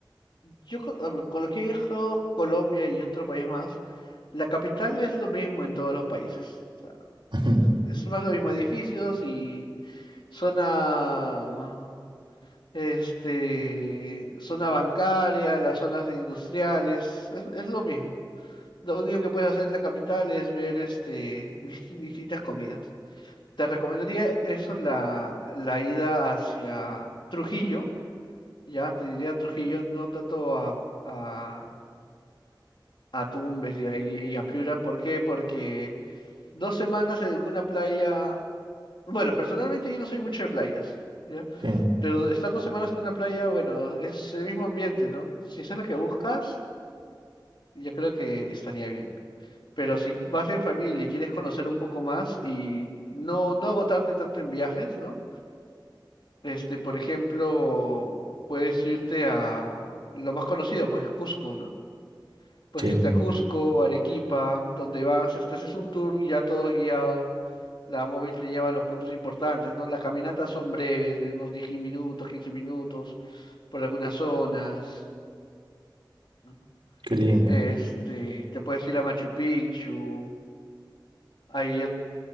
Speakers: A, on the left; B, on the right.
A: yo con, a ver, con lo que he viajado a Colombia y otros países más, la capital es lo mismo en todos los países. O sea,
B: <laughs>
A: es, es más lo mismo, edificios y zona, este, zona bancaria, las zonas industriales, es, es lo mismo. Lo único que puedes hacer en la capital es ver este, dist- distintas comidas. Te recomendaría eso, la, la ida hacia Trujillo, ya te diría Trujillo, no tanto a, a, a Tumbes y a, y a Piura. ¿Por qué? Porque dos semanas en una playa, bueno, personalmente yo no soy mucho de playas, ¿ya?
B: Sí,
A: Pero estar dos semanas en una playa, bueno, es el mismo ambiente, ¿no? Si eso es lo que buscas, yo creo que estaría bien. Pero si vas en familia y quieres conocer un poco más y no, no agotarte tanto en viajes, ¿no? Este, por ejemplo, puedes irte a lo más conocido, pues Cusco, ¿no? Puedes
B: sí,
A: irte a Cusco, Arequipa, donde vas, este, haces un tour ya todo guiado, la móvil te lleva a los puntos importantes, ¿no? Las caminatas son breves, de unos 10 minutos, 15 minutos, por algunas zonas. ¿no?
B: qué linda.
A: Este, te puedes ir a Machu Picchu Hay, ot-